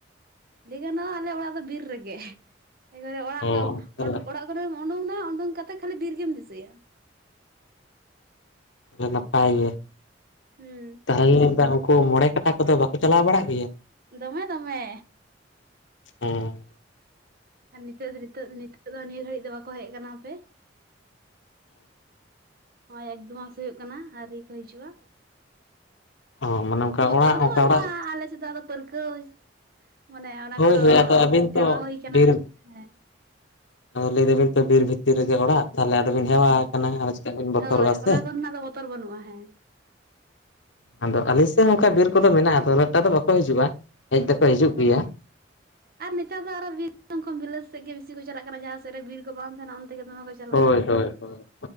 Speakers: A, on the right; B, on the left.
A: ᱞᱟᱹᱭ ᱜᱟᱱᱚᱜᱼᱟ ᱟᱞᱮ ᱚᱲᱟᱜ ᱫᱚ ᱵᱤᱨ ᱨᱮᱜᱮ ᱮᱠᱵᱟᱨᱮ ᱚᱲᱟᱜ
B: ᱚ
A: <unintelligible>
B: ᱛᱟᱦᱚᱞᱮ
A: ᱚᱲᱟᱜ <unintelligible> ᱩᱰᱩᱝ ᱱᱟ ᱩᱰᱩᱝ ᱠᱟᱛᱮ ᱠᱷᱟᱹᱞᱤ ᱵᱤᱨ ᱜᱮᱢ ᱫᱤᱥᱟᱹᱭᱟ
B: ᱛᱟᱦᱞᱮ ᱱᱟᱯᱟᱭ ᱜᱮᱼᱼ
A: ᱦᱩᱸ
B: ᱛᱟᱦᱚᱞᱮ <unintelligible> ᱢᱮᱱ ᱮᱫᱟ ᱩᱱᱠᱩ ᱢᱚᱬᱮ ᱠᱟᱴᱟ ᱠᱚᱫᱚ ᱵᱟᱠᱚ ᱪᱟᱞᱟᱣ ᱵᱟᱲᱟᱜ ᱜᱮᱭᱟ
A: ᱫᱚᱢᱮ ᱫᱚᱢᱮᱻ
B: ᱦᱩᱸ
A: ᱟᱨ ᱱᱤᱛᱳᱜ ᱫᱚ ᱱᱤᱛᱳᱜ ᱫᱚ ᱱᱤᱛᱳᱜ ᱫᱚ ᱱᱤᱭᱟᱹ ᱜᱷᱟᱹᱲᱤᱡ ᱫᱚ ᱵᱟᱠᱚ ᱦᱮᱡ ᱟᱠᱟᱱᱟ ᱦᱟᱯᱮ ᱦᱚ-ᱚᱭ ᱮᱠᱫᱩ ᱢᱟᱥ ᱦᱳᱭᱳᱜ ᱠᱟᱱᱟ ᱟᱹᱨᱤ ᱠᱚ ᱦᱤᱡᱩᱜᱼᱟ᱾
B: ᱚ ᱢᱟᱱᱮ, ᱚᱱᱠᱟ
A: ᱵᱚᱛᱚᱨ
B: ᱚᱲᱟᱜ
A: ᱫᱚ
B: ᱚᱱᱠᱟ
A: ᱵᱟᱹᱱᱩᱜᱼᱟ
B: ᱚᱲᱟᱜ
A: ᱟᱞᱮ ᱥᱮᱫ ᱫᱚ ᱟᱫᱚ ᱯᱟᱹᱨᱠᱟᱹᱣ᱾ ᱢᱟᱱᱮ ᱚᱱᱟ
B: ᱦᱳᱭ
A: ᱠᱚᱫᱚ
B: ᱦᱳᱭ ᱟᱫᱚ ᱟᱹᱵᱤᱱ ᱛᱚ
A: ᱦᱮᱣᱟ ᱦᱩᱭ ᱠᱟᱱᱟ
B: ᱵᱤᱨ
A: ᱦᱮᱸ᱾
B: ᱟᱫᱚ ᱞᱟᱹᱭ ᱫᱟᱵᱤᱱ ᱛᱚ ᱵᱤᱨ ᱵᱷᱤᱛᱤᱨ ᱨᱮᱜᱮ ᱚᱲᱟᱜ ᱛᱟᱦᱚᱞᱮ ᱟᱫᱚᱵᱤᱱ ᱦᱮᱣᱟ
A: ᱦᱮᱸ
B: ᱟᱠᱟᱱᱟ ᱫᱚ ᱪᱮᱫᱟᱜ ᱵᱤᱱ
A: ᱦᱳᱭ
B: ᱵᱚᱛᱚᱨᱚᱜᱼᱟ ᱥᱮ᱾
A: ᱚᱱᱟ ᱠᱚᱨᱮᱱᱟᱜ ᱫᱚ ᱵᱚᱛᱚᱨ ᱵᱟᱹᱱᱩᱜᱼᱟ ᱦᱮᱸ᱾
B: ᱟᱫᱚ ᱟᱞᱤᱧ ᱥᱮᱜ ᱦᱚ ᱚᱱᱠᱟ ᱵᱤᱨ ᱠᱚᱫᱚ ᱢᱮᱱᱟᱜᱼᱟ ᱫᱚᱢᱮ ᱮᱠᱴᱟ ᱫᱚ ᱵᱟᱠᱚ ᱦᱤᱡᱩᱜᱼᱟ ᱦᱮᱡ ᱫᱚᱠᱚ ᱦᱤᱡᱩᱜ
A: ᱚ
B: ᱜᱮᱭᱟ᱾
A: ᱟᱨ ᱱᱮᱛᱟᱨ ᱫᱚ ᱟᱨᱚ <inaudible> ᱠᱷᱚᱱ ᱵᱤᱞᱟᱹᱛ ᱥᱮᱜ ᱜᱮ ᱵᱤᱥᱤ ᱠᱚ ᱪᱟᱞᱟᱜ ᱠᱟᱱᱟ ᱡᱟᱦᱟᱸ ᱥᱮᱫ ᱨᱮ ᱵᱤᱨ ᱠᱚ ᱵᱟᱝ ᱛᱟᱦᱮᱱᱟ ᱚᱱᱛᱮᱜᱮ ᱫᱚᱢᱮ ᱠᱚ ᱪᱟᱞᱟᱜᱼᱟ
B: ᱦᱳᱭ ᱦᱳᱭ ᱦᱳᱭ